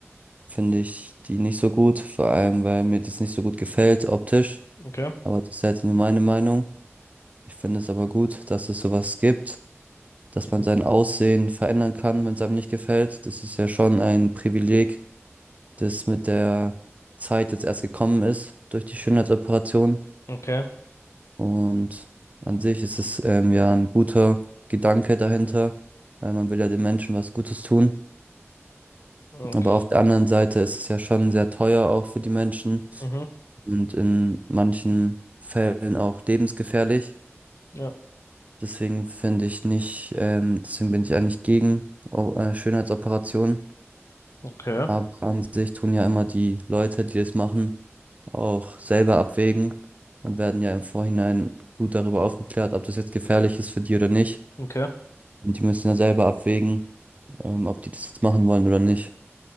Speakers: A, on the right (about 30°); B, on the left (about 75°).
A: finde ich die nicht so gut, vor allem weil mir das nicht so gut gefällt optisch.
B: Okay.
A: Aber das ist jetzt nur meine Meinung. Ich finde es aber gut, dass es sowas gibt, dass
B: Mhm.
A: man sein Aussehen verändern kann, wenn es einem nicht gefällt. Das ist ja schon ein Privileg, das mit der Zeit jetzt erst gekommen ist durch die Schönheitsoperation.
B: Okay.
A: Und an sich ist es ähm, ja ein guter Gedanke dahinter, weil man will ja den Menschen was Gutes tun.
B: Okay.
A: Aber auf der anderen Seite ist es ja schon sehr teuer auch für die Menschen
B: Mhm.
A: und in manchen Fällen auch lebensgefährlich.
B: Ja.
A: Deswegen finde ich nicht, ähm, deswegen bin ich eigentlich gegen Au- äh, Schönheitsoperationen.
B: Okay.
A: Aber an sich tun ja immer die Leute, die das machen, auch selber abwägen und werden ja im Vorhinein gut darüber aufgeklärt, ob das jetzt gefährlich ist für die oder nicht.
B: Okay.
A: Und die müssen ja selber abwägen, ähm, ob die das jetzt machen wollen oder nicht.